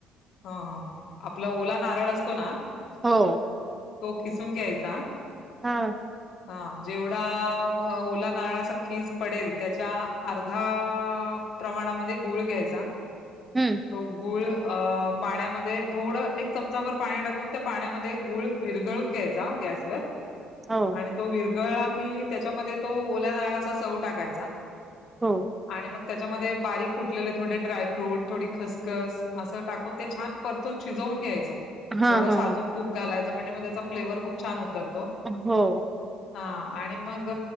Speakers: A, on the left; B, on the right.
A: हा हा आपला ओला नारळ असतो ना
B: हो
A: तो खिसून घ्यायचा
B: हा
A: हा जेवढा ओला काळाचा कीस पडेल त्याच्या अर्धा प्रमाणामध्ये गुळ घ्यायचा
B: हम्म
A: तो गुळ अ पाण्यामध्ये थोडं एक चमचाभर पाणी टाकून त्या पाण्यामध्ये गुळ विरगळून घ्यायच जा गॅस वर
B: हो
A: आणि तो विरघळला कि त्याच्यामध्ये तो ओल्या नाळाचा चव टाकायचा
B: हो
A: आणि मग त्याच्यामध्ये बारीक कुटलेले थोडे ड्रायफ्रूट थोडी खसखस असं टाकून ते छान परतून शिजवून घ्यायचं
B: हा
A: थोडं
B: हा
A: साजूक
B: हा
A: तूप घालायचं म्हणजे मग त्याचा फ्लेवर खूप छान उतरतो
B: हो
A: हा आणि मग